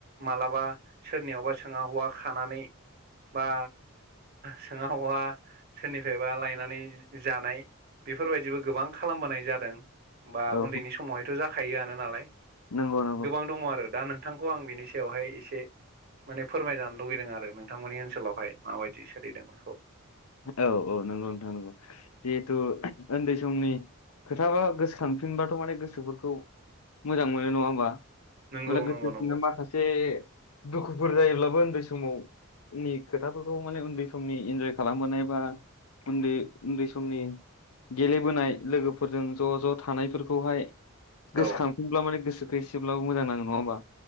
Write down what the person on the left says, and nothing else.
औ
नंगौ नंगौ
औ औ नंगौ नोंथां नंगौ जिहेथु उन्दै समनि खोथाबा गोसोखानफिनबाथ' माने गोसोफोरखौ मोजां मोनो नङा होमबा
माने गोसो
खांनो माखासे दुखुफोर जायोब्लाबो उन्दै समावनि खोथाफोरखौ माने उन्दै समनि इन्जय खालामबोनाय बा उन्दै उन्दै समनि गेलेबोनाय लोगोफोरजों ज' ज' थानायफोरखौहाय गोसोखांफिनब्ला
माने गोसोखौ एसेब्लाबो मोजां नाङो नङा होमबा